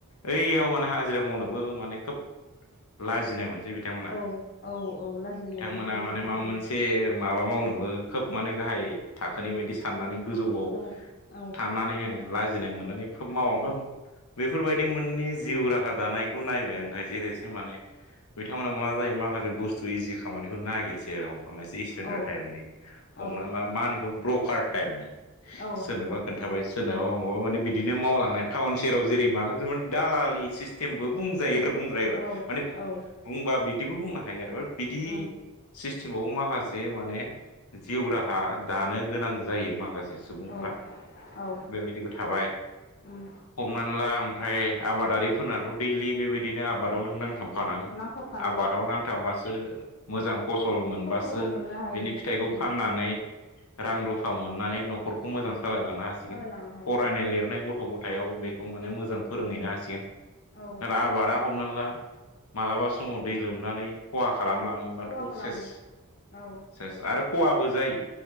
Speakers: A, on the left; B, on the left.
A: ऐयाव माने हाजिरा मावनोबो माने खोब लाजिनाय मोन सै बिथांमोना।
B: औ औ औ लाजिनो
A: बिथांमोना
B: लाजिनाय
A: माने माबा
B: फैयो
A: मोनसे माबा मावनोबो खोब माने गाहाय थाखोनि बायदि सा साननानै गोजौआव
B: सानना लासि औ
A: थानानै लाजिनाय मोननानै मावा ओम
B: औ
A: बेफोरबायदि मोननि जिउ राहा दानायखौ नायबाय आं खायसे खायसे माने बिथांमोना मा जायो माखासे बुस्थु इजि खामानिखौनो नागिरसै आरो हमनाला एसे स्टेनडार
B: औ
A: टाइप हमनाला
B: औ
A: मा होनो बेखौ ब्रकार टाइपनि।
B: औ
A: सोरनोबा खोन्थाबाय सोरनोबा अबावबा माने बिदिनो मावलांनाय टावन सोहोराव जेरै माखासे माने दालालि सिस्टेमबो बुंजायो बुंद्रायोबा
B: औ
A: माने
B: औ
A: बुंबा बिदिबो बुंनो हायो आरो बिदि
B: उम
A: सिस्टेमावबो माखासे माने जिउ राहा दानो गोनां जायो माखासे सुबुंफ्रा।
B: औ औ
A: बेबायदिबो थाबाय
B: उम
A: हमनानै ला ओमफ्राय आबादारि फोरनाथ' दैलि बेबायदिनो आबादाव नों नांथाबखानांगोन।
B: नांथाबफानांगौ
A: आबादाव नांथाबबासो मोजां फसल मोनबासो
B: फसलखौ मोननो हायो
A: बिनि फिथाइखौ
B: उम
A: फाननानै रां
B: उम
A: रुफा मोननानै न'खरखौ मोजां सालायलांनो हासिगोन,
B: सालायलांनो हायो
A: फरायनाय लिरनाय गथ' गथाय सायाव बेखौ माने मोजां फोरोंहैनो हासिगोन।
B: औ
A: आरो आबादा हमना ला मालाबा समाव दै लोमनानै खहा खालामलाङोबाथ'
B: खहा खालामो
A: सेस
B: औ
A: सेस आरो खहाबो जायो।